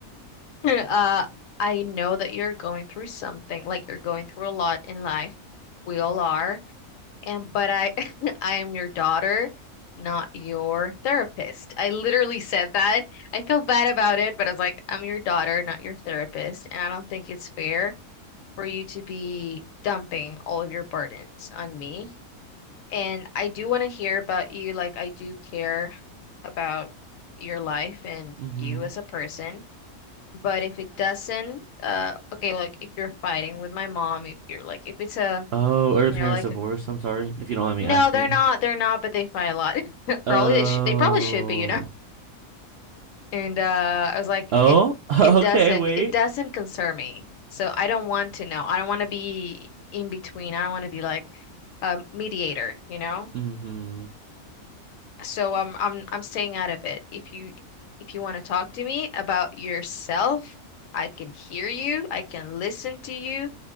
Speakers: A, on the left; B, on the right.
A: <laughs> uh I know that you're going through something, like you're going through a lot in life. We all are. And but I <laughs> I am your daughter, not your therapist. I literally said that. I feel bad about it, but I was like, I'm your daughter, not your therapist, and I don't think it's fair for you to be dumping all of your burdens on me. And I do want to hear about you. Like, I do care about your life and
B: hmm
A: you as a person. But if it doesn't, uh, okay, like if you're fighting with my mom, if you're like, if it's a,
B: Oh, are your
A: you
B: parents
A: know, like
B: divorced? I'm sorry if you don't mind
A: no,
B: me asking.
A: they're not. They're not, but they fight a lot. <laughs> Probably
B: Oh.
A: they should. They probably should be, you know. And uh, I was like,
B: Oh?
A: it
B: <laughs>
A: it
B: Okay,
A: doesn't
B: wait.
A: it doesn't concern me. So I don't want to know. I don't want to be in between. I don't want to be like a mediator, you know.
B: hmm
A: So I'm I'm I'm staying out of it. If you if you want to talk to me about yourself, I can hear you. I can listen to you.